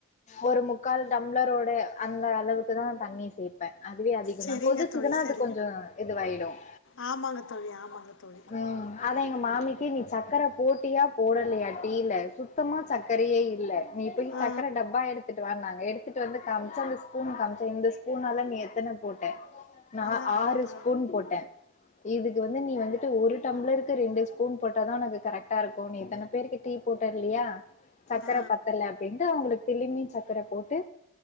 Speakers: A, on the left; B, on the left.
A: ஒரு முக்கால் டம்ளரோட அந்த அளவுக்கு தான் தண்ணி சேப்பேன் அதுவே அதிகம்
B: சரிங்க
A: தான் கொதிச்சுதுன்னா
B: தோழி சரி
A: அது கொஞ்ச இதுவாயிடும்
B: ஆமாங்க தோழி ஆமாங்க தோழி
A: உம் அத எங்க மாமிக்கு நீ சக்கர போ போட்டியா போடலையா டீல சுத்தமா சக்கரையே இல்ல நீ போய்
B: ஆ
A: சக்கர டப்பா எடுத்துட்டு வாண்ணாங்க எடுத்துட்டு வந்து காம்ச்சா அந்த ஸ்பூன் காமிச்சா இந்த ஸ்பூனால நீ எத்தன போட்டே நான்
B: ஆ
A: ஆறு
B: ஆ ஆ
A: ஸ்பூன் போட்டேன் இதுக்கு வந்து நீ வந்துட்டு ஒரு டம்ப்ளர்க்கு ரெண்டு ஸ்பூன் போட்டாதான் உனக்கு கரெக்டா இருக்கும் நீ இத்தனை பேருக்கு டீ போட்ட இல்லையா சக்கர
B: ஆ
A: பத்தல அப்படின்ட்டு அவங்களுக்கு திருமியு சக்கர போட்டு்